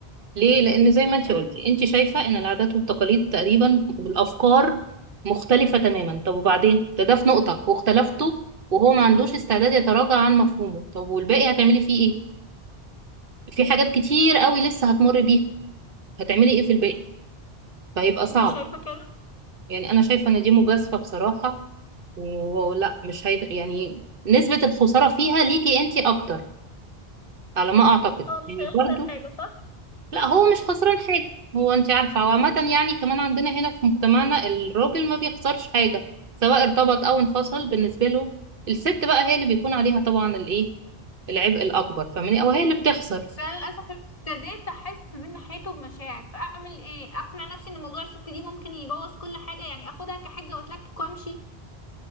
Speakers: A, on the right (about 60°); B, on the left (about 40°).
A: ليه لان زي ما انت
B: مم.
A: قلتي انت شايفه ان العادات والتقاليد تقريبا والافكار مختلفه تماما طب وبعدين ده ده في نقطه واختلفتوا وهو ما عندوش استعداد يتراجع عن مفهومه طب والباقي هتعملي فيه ايه في حاجات كتير قوي لسه هتمر بيها هتعملي ايه في الباقي فهيبقى صعب
B: انت شايفه كده
A: يعني انا شايفه ان دي مجازفه بصراحه ولا مش هيد... يعني نسبة الخسارة فيها ليكي انتي اكتر على ما اعتقد
B: هو مش
A: يعني
B: هيخسر
A: برضو
B: حاجه صح
A: لا هو مش خسران حاجة هو انتي عارفة وعامة يعني كمان عندنا هنا في مجتمعنا الراجل ما بيخسرش حاجة سواء ارتبط او انفصل بالنسبة له الست بقى هي اللي بيكون عليها طبعا الايه العبء الاكبر فاهماني او هي اللي بتخسر
B: بس انا للاسف ابتديت احس من ناحيته بمشاعر فاعمل ايه اقنع نفسي ان موضوع الست دي ممكن يبوظ كل حاجه يعني اخدها كحجه واتلكك وامشي